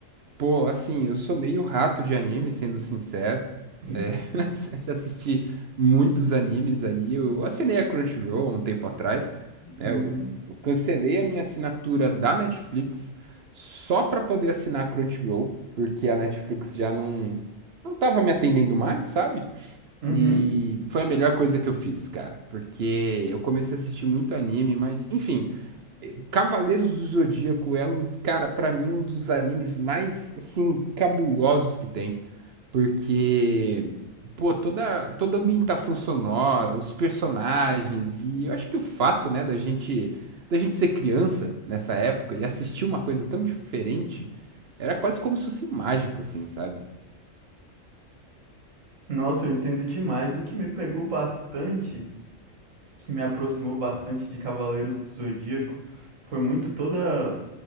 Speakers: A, on the right; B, on the right.
A: Pô, assim, eu sou meio rato de anime, sendo sincero.
B: <clears throat>
A: É, <laughs> já assisti muitos animes aí. Eu assinei a Crunchyroll há um tempo atrás, né?
B: Uhum.
A: Eu, eu cancelei a minha assinatura da Netflix só para poder assinar a Crunchyroll, porque a Netflix já não não tava me atendendo mais, sabe?
B: Uhum.
A: E foi a melhor coisa que eu fiz, cara, porque eu comecei a assistir muito anime, mas enfim, Cavaleiros do Zodíaco é um, cara, pra mim, um dos animes mais, assim, cabulosos que tem. Porque, pô, toda, toda a ambientação sonora, os personagens, e eu acho que o fato, né, da gente, da gente ser criança nessa época e assistir uma coisa tão diferente, era quase como se fosse mágico, assim, sabe?
B: Nossa, eu entendo demais. O que me pegou bastante, que me aproximou bastante de Cavaleiros do Zodíaco, foi muito toda